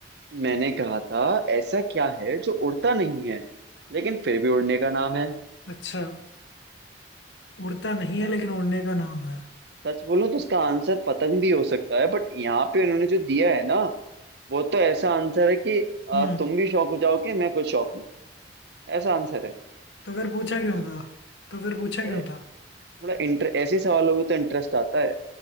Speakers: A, on the right; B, on the left.
A: मैंने कहा था ऐसा क्या है जो उड़ता नहीं है लेकिन फिर भी उड़ने का नाम है
B: अच्छा उड़ता नहीं
A: मैं
B: है लेकिन उड़ने का नाम है
A: सच बोलूं तो उसका आंसर पतंग भी हो सकता है बट यहाँ पे उन्होंने जो दिया है ना वो तो ऐसा आंसर है कि अ,
B: हम्म
A: तुम भी शौक हो जाओगे मैं खुद शौक हूँ ऐसा आंसर है
B: तो फिर पूछा क्यों था तो फिर पूछा
A: अरे
B: क्यों था
A: थोड़ा इंटर ऐसे सवालों में तो इंटरेस्ट आता है